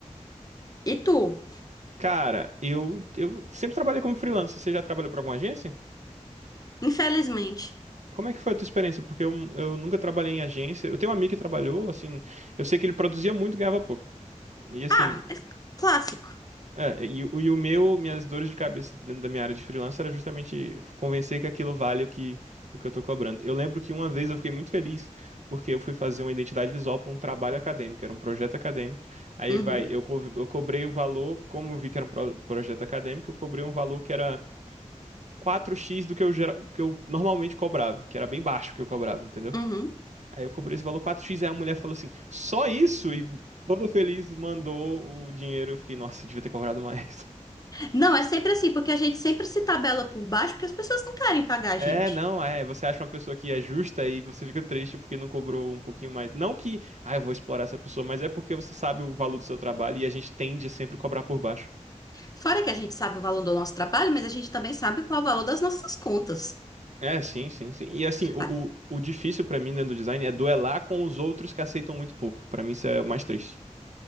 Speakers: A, on the left; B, on the right.
A: E tu?
B: Cara, eu eu sempre trabalhei como freelancer. Você já trabalhou para alguma agência?
A: Infelizmente.
B: Como é que foi a tua experiência? Porque eu, eu nunca trabalhei em agência. Eu tenho um amigo que trabalhou, assim, eu sei que ele produzia muito e ganhava pouco. E assim,
A: Ah, é clássico.
B: é, e, o e o meu, minhas dores de cabeça dentro da minha área de freelancer era justamente convencer que aquilo vale o que, o que eu tô cobrando. Eu lembro que uma vez eu fiquei muito feliz porque eu fui fazer uma identidade visual para um trabalho acadêmico, era um projeto acadêmico. Aí
A: Uhum,
B: vai, eu, co- eu cobrei o valor, como eu vi que era um pro- projeto acadêmico, eu cobrei um valor que era quatro x do que eu, gera- que eu normalmente cobrava, que era bem baixo o que eu cobrava, entendeu?
A: uhum.
B: Aí eu cobrei esse valor quatro x aí a mulher falou assim, só isso? E toda feliz mandou o dinheiro. Eu fiquei, nossa, devia ter cobrado mais. <laughs>
A: Não, é sempre assim, porque a gente sempre se tabela por baixo porque as pessoas não querem pagar a
B: É,
A: gente.
B: não, é. Você acha uma pessoa que é justa e você fica triste porque não cobrou um pouquinho mais. Não que, ah, eu vou explorar essa pessoa, mas é porque você sabe o valor do seu trabalho e a gente tende a sempre cobrar por baixo.
A: Fora que a gente sabe o valor do nosso trabalho, mas a gente também sabe qual é o valor das nossas contas.
B: É, sim, sim, sim. E assim, o,
A: A-
B: o, o difícil pra mim dentro do design é duelar com os outros que aceitam muito pouco. Pra mim isso é o mais triste.